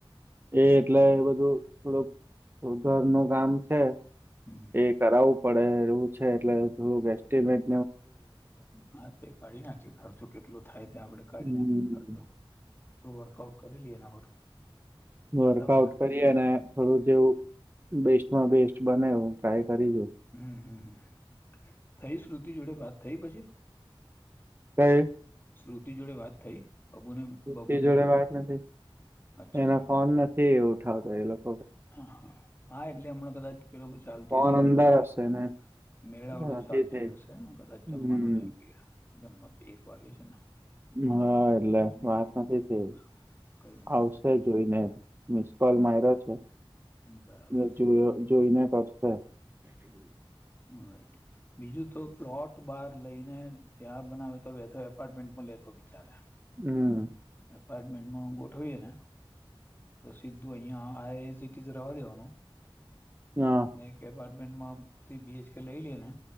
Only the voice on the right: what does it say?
એ એટલે એ બધું થોડુંક ઘરના કામ છે
એ કરાવવું પડે એવું છે એટલે થોડુંક એસ્ટિમેટ
હમ
વર્કઆઉટ
કરીએ ને થોડું જેવું બેસ્ટમાં બેસ્ટ બનેું ટ્રાય કરી જોઉ
કઈ?
શ્રુતિ
જોડે
વાત ના થઈ.
એના ફોન નથી એ ઉઠાવતો એ લોક
ફોન
અંદર
હશે ને
નથી
થઈ
હમ
હા, એટલે
વાત
નથી થઈ.
આવશે
જોઈને મિસકોલ માઇરો
<inaudible>
મ જોયો જોઈને કરશે.
હમ્મ.
હા